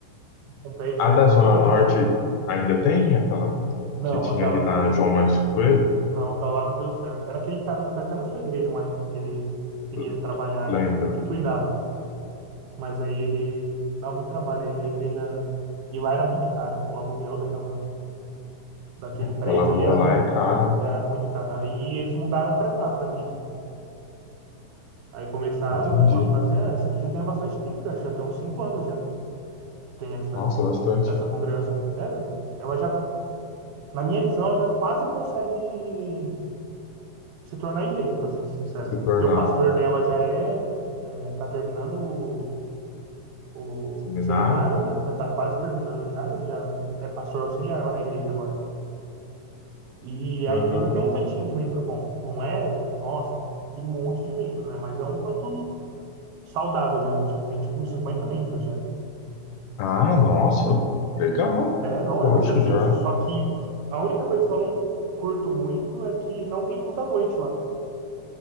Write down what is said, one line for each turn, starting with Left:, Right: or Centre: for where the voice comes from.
Right: Em Pompeia
Left: A
Right: tinha
Left: da
Right: uma
Left: Zona
Right: também, mas
Left: Norte
Right: eu acho que era...
Left: ainda tem? Aquela
Right: Não,
Left: que tinha
Right: aquela,
Left: ali na João Martins Coelho?
Right: não, aquela lá não deu certo. Era aquele cara que foi até na sua igreja uma época que ele queria
Left: L-
Right: trabalhar
Left: Lembro.
Right: aí, que, que cuidava. Mas aí ele dá muito trabalho aí. A igreja. E lá era muito caro. O aluguel daquela, daquele
Left: Aquela
Right: prédio
Left: rua
Right: ali era
Left: lá
Right: muito,
Left: é cara.
Right: era muito caro. Aí eles mudaram pra cá, pra Vila. Aí começaram
Left: Entendi.
Right: a fazer. ah, Essa aqui já tem há bastante tempo, já, acho que já tem uns cinco anos já que tem essa,
Left: Nossa, bastante.
Right: essa congregação. É, ela já, na minha visão, ela já quase consegue se tornar igreja, para ser sincero.
Left: Se tornar
Right: Porque o pastor dela já é, é, tá terminando o, o
Left: seminário?
Right: seminário, né? Já tá quase terminando já, ele já é pastor auxiliar lá na igreja agora. E
Left: Aham.
Right: a igreja tem um tantinho de membro bom. Não é, nossa, que monte de membro, né? Mas é um tanto saudável já. Tem tipo uns 50 membros já.
Left: Ah, nossa, legal.
Right: É, não,
Left: Poxa,
Right: é bastante
Left: já.
Right: gente. Só que a única coisa que eu não curto muito é que não tem culto à noite lá.